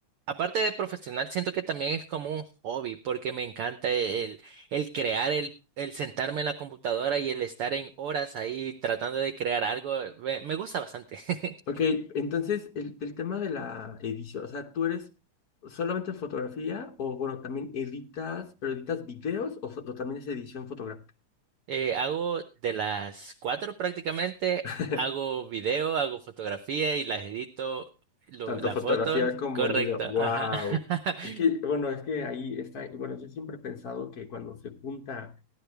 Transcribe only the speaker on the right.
aparte de profesional, siento que también es como un hobby, porque me encanta el, el crear, el, el sentarme en la computadora y el estar en horas ahí tratando de crear algo, me me gusta bastante. <laughs>
Eh, hago de las cuatro prácticamente,
hago video, hago fotografía y las edito, lo-
las
fotos,
correcto,
ajá. <laughs>